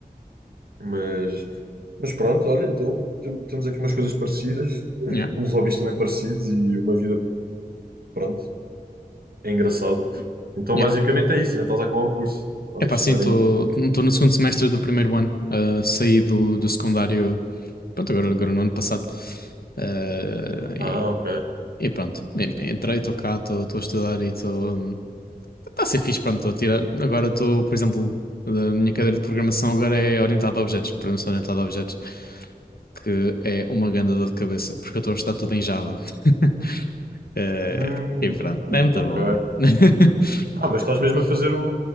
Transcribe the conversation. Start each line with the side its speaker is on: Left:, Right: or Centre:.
Right: Mas, mas pronto, olha, então tem- temos aqui umas coisas parecidas,
Left: Yeah,
Right: uns hobbies também parecidos e uma vida, pronto, é engraçado. Então
Left: yeah.
Right: basicamente é isso, ainda estás a acabar o curso, estás
Left: Epá,
Right: a estudar
Left: sim, estou
Right: ainda.
Left: no segundo semestre do primeiro ano. Ah, saí do, do secundário Pronto, agora, agora no ano passado. Ah,
Right: Ah,
Left: e,
Right: ok.
Left: e pronto, E- entrei, estou cá, estou estou a estudar e estou. Está a ser fixe, pronto, estou a tirar. Agora estou, por exemplo, a minha cadeira de programação agora é orientada a objetos, programação orientada a objetos, que é uma grande dor de cabeça, porque eu estou a estudar tudo em Java. <laughs> Eh,
Right: Hum,
Left: e pronto,
Right: ok.
Left: é muito bom, é. <laughs>
Right: Ah, mas estás mesmo a fazer o,